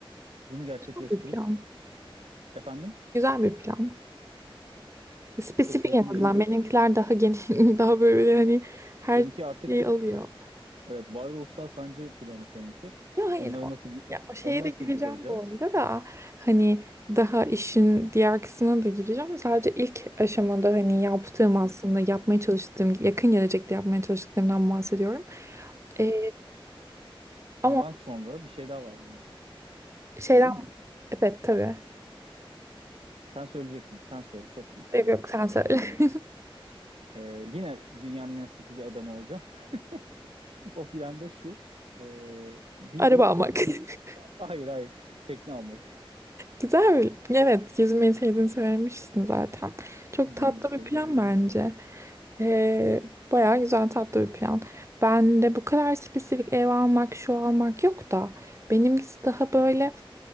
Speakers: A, on the right; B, on the right.
A: Bunu gerçekleştirip
B: Güzel bir plan.
A: efendim
B: Güzel bir plan. Spesifik
A: çok da yakın
B: en
A: gelecek.
B: azından. Benimkiler daha geniş, <laughs> daha böyle hani her
A: Seninki artık
B: şeyi alıyor.
A: evet varoluşsal sancı planı seninki.
B: Ya hayır
A: Onları
B: o,
A: nasıl gi-
B: ya o şeye
A: onu nasıl
B: de gireceğim
A: gidereceğiz?
B: bu arada da hani daha işin diğer kısmına da gireceğim. Sadece ilk aşamada hani yaptığım aslında
A: Hı,
B: yapmaya çalıştığım yakın gelecekte yapmaya çalıştıklarımdan bahsediyorum. Ee,
A: Ondan
B: ama
A: sonra bir şey daha var bende.
B: şeyden
A: Söyleyeyim mi?
B: evet tabii.
A: Sen söyleyecektin. Sen söyle. Çok istiyordum
B: Yok yok sen söyle.
A: gibi.
B: <laughs>
A: Ee, yine dünyanın en sıkıcı adamı olacağım. <laughs> O planda şu. ee, bir
B: Araba almak.
A: bir
B: <laughs>
A: hayır hayır. Tekne almak.
B: Güzel. Evet, yüzmeyi sevdiğini söylemişsin zaten. Çok
A: Denizi
B: tatlı
A: seviyorum.
B: bir plan bence. Ee, bayağı güzel tatlı bir plan. Ben de bu kadar spesifik ev almak, şu almak yok da benimkisi daha böyle